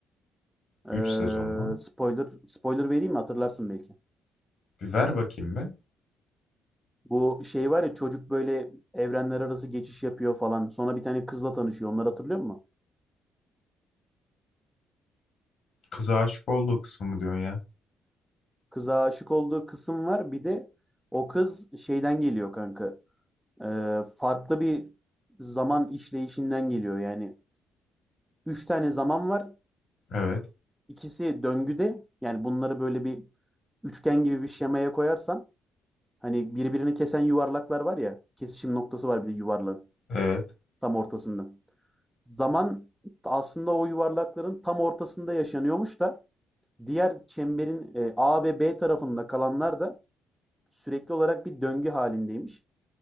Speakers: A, in the centre; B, on the left.
A: Ee,
B: 3 sezon mu?
A: spoiler spoiler vereyim mi? Hatırlarsın belki.
B: Bir ver bakayım be.
A: Bu şey var ya çocuk böyle evrenler arası geçiş yapıyor falan. Sonra bir tane kızla tanışıyor. Onları hatırlıyor musun?
B: Kıza aşık olduğu kısmı mı diyorsun ya?
A: Kıza aşık olduğu kısım var. Bir de o kız şeyden geliyor kanka. Ee, farklı bir zaman işleyişinden geliyor. Yani üç tane zaman var.
B: Evet.
A: İkisi döngüde. Yani bunları böyle bir üçgen gibi bir şemaya koyarsan hani birbirini kesen yuvarlaklar var ya. Kesişim noktası var bir de yuvarlağın
B: Evet.
A: tam ortasında. Zaman aslında o yuvarlakların tam ortasında yaşanıyormuş da diğer çemberin e, A ve B tarafında kalanlar da sürekli olarak bir döngü halindeymiş.